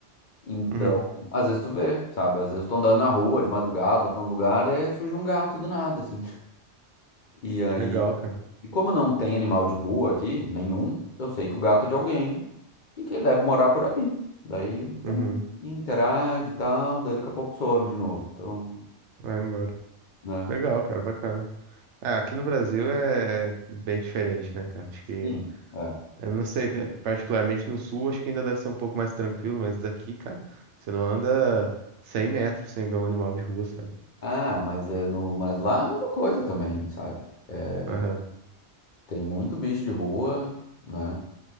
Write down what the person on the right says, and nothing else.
Uhum,
Legal, cara.
Uhum,
Vai embora.
Legal, cara, bacana. É, aqui no Brasil é bem diferente, né, cara? Acho que
Eu não sei, pe- particularmente no sul, acho que ainda deve ser um pouco mais tranquilo, mas aqui, cara, você não anda 100 metros sem ver um animal de rua, sabe?
Aham.